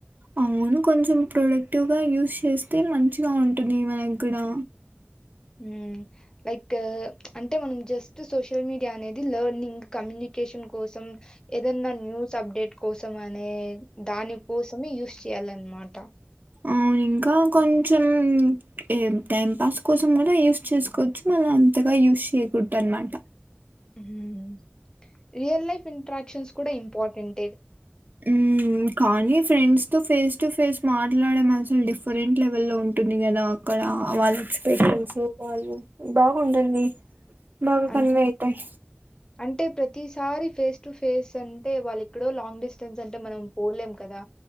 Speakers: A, on the right (about 45°); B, on the left (about 20°).
A: అవును కొంచెం ప్రొడక్టివ్గా యూస్ చేస్తే మంచిగా ఉంటది మనక్కూడా
B: మ్మ్ లైక్ అంటే మనం జస్ట్ సోషల్ మీడియా అనేది the learning community communication కోసం ఏదన్న న్యూస్ అప్డేట్ కోసం అనే దాని కోసమే యూస్ చేయాలన్నమాట
A: ఆ ఇంకా కొంచెం ఏ టైం పాస్ కోసం కూడా యూస్ చేసుకోవచ్చు మళ్ళ అంతగా యూస్ చేయకూడదు అనమాట
B: మ్మ్ రియల్ లైఫ్ ఇంట్రాక్షన్స్ కూడా ఇంపార్టెంట్
A: హు కానీ ఫ్రెండ్స్ తో ఫేస్ టు ఫేస్ మాట్లాడే అసలు డిఫరెంట్ లెవె లో ఉంటుంది కదా అక్కడ వాళ్ళ ఎక్స్పెషన్స్ వాళ్ళు బాగుంటుంది. బాగా
B: అం
A: కన్వే అయితాయి.
B: అంటే ప్రతిసారి ఫేస్ టు ఫేస్ అంటే వాళ్ళకి ఎక్కడో లాంగ్ డిస్టెన్స్ అంటే మనం పోలేం కదా